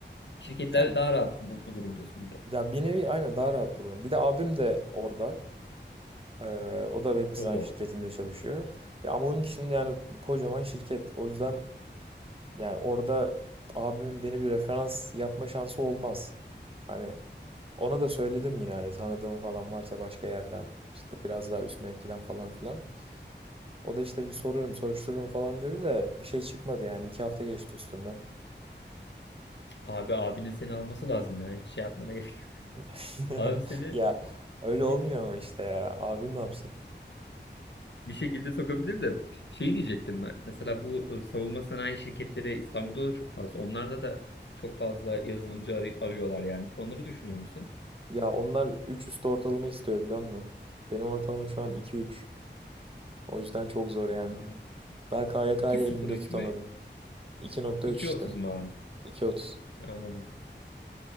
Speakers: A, on the left (about 70°); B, on the right (about 30°).
A: Şirketlerde
B: Yani
A: daha rahat bu- bulurum diyorsun bir de.
B: ya bir nevi aynen daha rahat bulurum. Bir de abim de orada. Ee, o da web dizayn
A: Oo.
B: şirketinde çalışıyor. Ya ama onun şimdi yani kocaman şirket. O yüzden yani orada abimin beni bir referans yapma şansı olmaz. Hani Ona da söyledim yine hani tanıdığım falan varsa başka yerden işte biraz daha üst mevkiden falan filan. O da işte bir sorarım soruştururum falan dedi de bir şey çıkmadı yani iki hafta geçti üstümden.
A: Abi abinin seni alması lazım ya. Hiç şey yapmana gerek yok.
B: <laughs>
A: <laughs> Abi seni
B: Ya öyle
A: bir,
B: olmuyor
A: bir-
B: ama işte ya abim ne yapsın?
A: bir şekilde sokabilir de şey diyecektim ben. Mesela bu e, savunma sanayi şirketleri İstanbul'da da çok fazla. Onlarda da çok fazla yazılımcı arı- arıyorlar yani. Hiç onları düşünür müsün?
B: Ya onlar 3 üstü ortalama istiyor biliyor musun? Benim ortalama şu an iki üç. O yüzden çok zor yani.
A: Hmm.
B: Daha KYK'yı
A: iki sıfır
B: elimde
A: üç
B: tutamadım.
A: mü?
B: iki nokta
A: iki
B: üç işte.
A: otuz mu abi?
B: iki otuz.
A: Anladım.